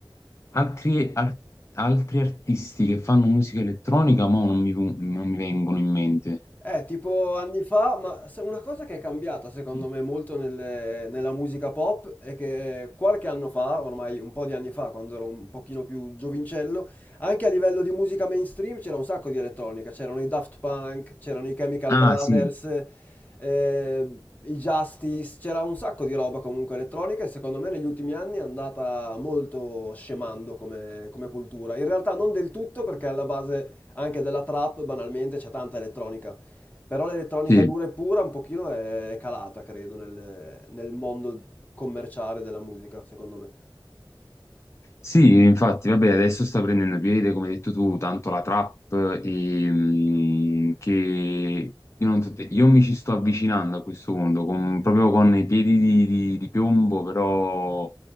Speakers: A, on the left; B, on the left.
A: altri, ar- altri artisti che fanno musica elettronica, ma non mi, non mi vengono in mente.
B: Eh, tipo anni fa, ma se- una cosa che è cambiata secondo
A: Eh,
B: me molto nelle- nella musica pop è che qualche anno fa, ormai un po' di anni fa, quando ero un pochino più giovincello, anche a livello di musica mainstream c'era un sacco di elettronica, c'erano i Daft Punk, c'erano i Chemical
A: Ah,
B: Brothers,
A: sì,
B: eh, i Justice, c'era un sacco di roba comunque elettronica e secondo me negli ultimi anni è andata molto scemando come, come cultura. In realtà non del tutto perché alla base anche della trap banalmente c'è tanta elettronica. Però l'elettronica
A: sì.
B: dura e pura un pochino è calata, credo, nel, nel mondo commerciale della musica, secondo me.
A: Sì, infatti, vabbè, adesso sta prendendo piede, come hai detto tu, tanto la trap e, mm, che io, non so te- io mi ci sto avvicinando a questo mondo, con- proprio con i piedi di, di- di piombo, però